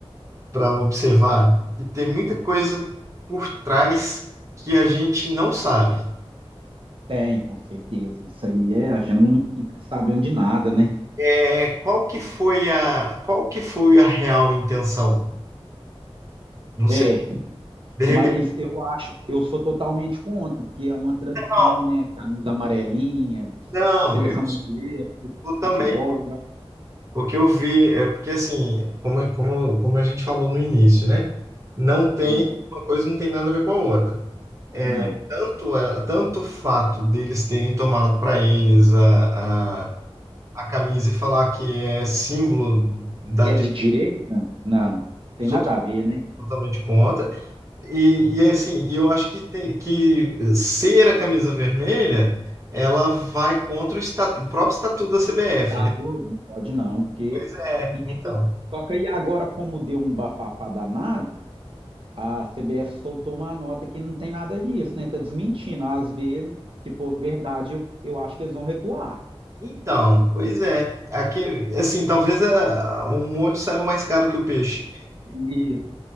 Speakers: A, on the right; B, on the right.
A: para observar. E tem muita coisa por trás que a gente não sabe.
B: tem, com certeza. Isso aí é, a gente não fica sabendo de nada, né?
A: É, qual que foi a, qual que foi a real intenção? Não sei.
B: É,
A: De repente,
B: mas eu acho, eu sou totalmente contra, porque é uma tradição,
A: não,
B: né? Camisa amarelinha, se-
A: não,
B: seleção
A: eu
B: brasileira, fu-
A: sou também,
B: futebol. eu acho-
A: porque eu vi, é, porque assim, como, como, como a gente falou no início, né? Não tem,
B: Ah,
A: uma coisa não tem nada a ver com a outra. É,
B: não.
A: tanto, é, tanto o fato deles terem tomado para eles a, a, a camisa e falar que é símbolo da
B: Que é
A: direita,
B: de direita? Não, tem
A: eu sou
B: nada a ver, né?
A: totalmente contra. E, e assim, e eu acho que, tem, que ser a camisa vermelha, ela vai contra o, estatu, o próprio estatuto da CBF,
B: Tá
A: né?
B: doido? Não pode não, porque.
A: Pois é,
B: E tipo,
A: então.
B: assim, só que aí agora, como deu um bafafá danado, a CBF soltou uma nota que não tem nada disso, né? Tá desmentindo. Às vezes, se for verdade, eu, eu acho que eles vão recuar.
A: Então, pois é. Aqui, assim, talvez a, o molho saiu mais caro que o peixe.
B: E,